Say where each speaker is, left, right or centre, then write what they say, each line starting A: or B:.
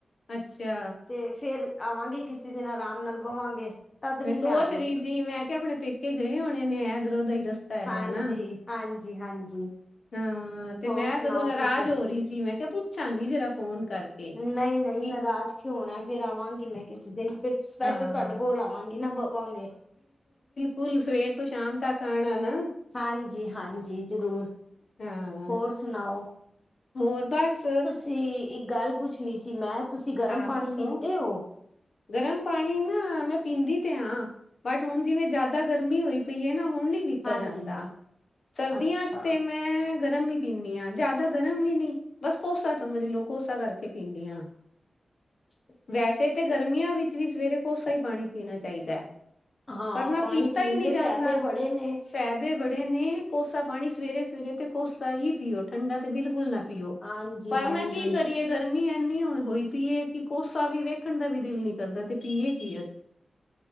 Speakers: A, on the left; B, on the left.
A: ਅੱਛਾ
B: ਤੇ ਫੇਰ ਆਵਾਂਗੀ ਕਿਸੀ ਦਿਨ ਅਰਾਮ ਨਾਲ ਬਵਾਂਗੇ। ਤਦ
A: ਮੈਂ
B: ਨੀ
A: ਸੋਚ
B: ਆਈ
A: ਰੀ ਸੀ, ਮੈਂ ਕੇਆ ਅਪਨੇ ਪੇਕੇ ਗਏ ਹੋਨੇ ਨੇ ਏਧਰੋਂ ਦਾ ਈ ਰਸਤਾ ਹੈਗਾ
B: ਹਾਂਜੀ
A: ਨਾ
B: ਹਾਂਜੀ ਹਾਂਜੀ
A: ਹਾਂ, ਤੇ
B: ਹੋਰ
A: ਮੈਂ
B: ਸੁਣਾਓ
A: ਸਗੋਂ ਨਰਾਜ
B: ਤੁਸੀਂ
A: ਹੋਰੀ ਸੀ। ਮੈਂ ਕੇਆ ਪੁੱਛਾਂਗੀ ਜਰਾ ਫੋਨ ਕਰਕੇ।
B: ਨਈ-ਨਈ
A: ਕੀ
B: ਨਰਾਜ ਕਿਓ ਓਣੈ ਫੇਰ ਆਵਾਂਗੇ ਮੈਂ ਕਿਸੀ ਦਿਨ ਫੇਰ ਸਪੈਸ਼ਲ
A: ਹਾਂ
B: ਤੁਆਡੇ ਕੋਲ ਆਵਾਂਗੀ ਨਾ ਬ ਬਵਾਗੇ
A: ਹੁਨ ਸਵੇਰ ਤੋਂ ਸ਼ਾਮ ਤੱਕ ਆਣਾ ਨਾ।
B: ਹਾਂਜੀ, ਹਾਂਜੀ ਜਰੂਰ,
A: ਹਾਂ
B: ਹੋਰ ਸੁਨਾਓ?
A: ਹੋਰ ਬਸ
B: ਤੇ, ਇੱਕ ਗੱਲ ਪੁੱਛਨੀ ਸੀ ਮੈਂ। ਤੁਸੀਂ ਗਰਮ
A: ਹਾਂ
B: ਪਾਣੀ
A: ਪੁੱਛੋ,
B: ਪੀਂਦੇ ਹੋ
A: ਗਰਮ ਪਾਣੀ ਨਾ ਮੈਂ ਪੀਂਦੀ ਤੇ ਆਂ। ਬੱਟ ਹੁਨ ਜਿਵੇਂ ਜਆਦਾ ਗਰਮੀ ਓਈ ਪਈ ਏ ਨਾ ਹੁਨ ਨੀ ਪੀ ਤਾ
B: ਹਾਂਜੀ
A: ਜਾਂਦਾ, ਸਰਦੀਆਂ
B: ਅੱਛਾ
A: ਚ ਤੇ ਮੈਂ ਗਰਮ ਈ ਪੀਂਨੀ ਆ ਜਾਦਾ ਗਰਮ ਵੀ ਨੀ, ਬੱਸ ਕੋਸਾ ਸਮਜ ਲੋ ਕੋਸਾ ਕਰਕੇ ਪੀਨੀ ਆ।
B: <inaudible>
A: ਵੈਸੇ ਤੇ ਗਰਮੀਆਂ ਵਿੱਚ ਵੀ ਸਵੇਰੇ ਕੋਸਾ ਈ ਪਾਣੀ ਪੀਣਾ ਚਾਈਦੈ।
B: ਹਾਂ
A: ਪਰ ਨਾ
B: ਪਾਣੀ
A: ਪੀਤਾ
B: ਪੀਣ
A: ਈ ਨੀ
B: ਦੇ
A: ਜਾਂਦਾ।
B: ਫਾਇਦੇ ਬੜੇ ਨੇ
A: ਫੈਦੇ ਬੜੇ ਨੇ, ਕੋਸਾ ਪਾਣੀ ਸਵੇਰੇ-ਸਵੇਰੇ ਤੇ ਕੋਸਾ ਈ ਪੀਓ ਠੰਡਾ ਤੇ ਬਿਲਕੁਲ ਨਾ ਪੀਓ,
B: ਹਾਂਜੀ
A: ਪਰ
B: ਹਾਂਜੀ
A: ਨਾ ਕੀ ਕਰੀਏ ਗਰਮੀ ਐਨੀ ਕੋਈ ਪੀਏ, ਕਿ ਕੋਸਾ ਵੀ ਵੇਖਨ ਦਾ ਵੀ ਦਿਲ ਨੀ ਕਰਦਾ ਤੇ ਪੀਏ ਕੀ ਅਸ